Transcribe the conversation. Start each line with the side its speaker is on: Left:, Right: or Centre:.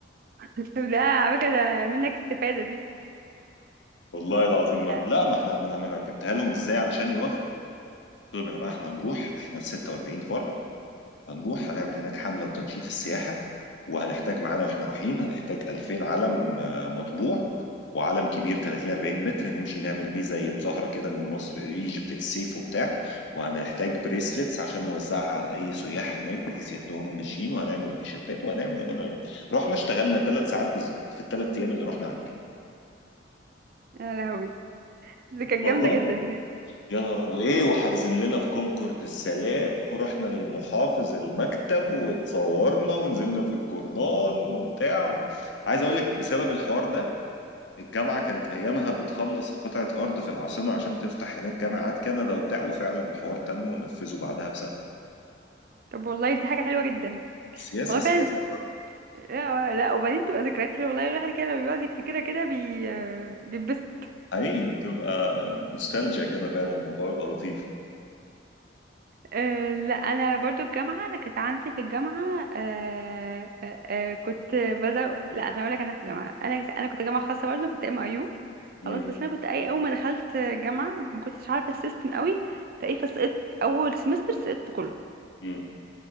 Right: <laughs> طب ده على فكره ده منك استفاده دي
Left: والله العظيم
Right: ده
Left: ما لا ما احنا ما انا ما انا جبتها لهم ازاي علشان يوافقوا قلت لهم يا جماعه احنا هنروح احنا 46 فرد هنروح هنعمل هناك حمله لتنشيط السياحه وهنحتاج معانا واحنا رايحين هنحتاج 2000 علم آه، مطبوع وعلم كبير 30 40 متر نمشي نعمل بيه زي مظاهره كده ان مصر ايجيبت السيف وبتاع وهنحتاج بريسلتس عشان نوزعها على اي سياح هناك بحيث ياخدوها هم ماشيين وهنعمل تيشيرتات وهنعمل وهنعمل رحنا اشتغلنا ثلاث ساعات بالظبط في الثلاث ايام اللي رحنا عندنا
Right: يا لهوي دي كانت
Left: والله
Right: جامده جدا دي
Left: يا نهار وايه وحاجزين لنا في كونكورد السلام ورحنا للمحافظ المكتب واتصورنا ونزلنا في الجورنان وبتاع عايز اقول لك بسبب الحوار ده الجامعه كانت ايامها بتخلص في قطعه ارض في العاصمه عشان تفتح هناك جامعات كندا وبتاع وفعلا الحوار تم ونفذه بعدها بسنه
Right: طب والله دي حاجه حلوه جدا
Left: سياسه
Right: والله
Left: سياسه
Right: فعلا بت-
Left: برضه
Right: لا لا وبعدين تبقى ذكريات حلوه والله الواحد كده لما بيقعد يفتكرها كده بي آه، بيتبسط
Left: حقيقي بتبقى نوستالجيا كده فعلا الموضوع يبقى لطيف
Right: أه لا انا برضو الجامعه انا كانت عندي في الجامعه أه أه أه كنت بزو لا انا اقول لك انا في الجامعه انا انا كنت جامعه خاصه برضو كنت ام اي يو
Left: امم
Right: خلاص بس انا كنت اي اول ما دخلت جامعه ما كنتش عارفه السيستم قوي فايه فسقطت اول سمستر سقطت كله
Left: امم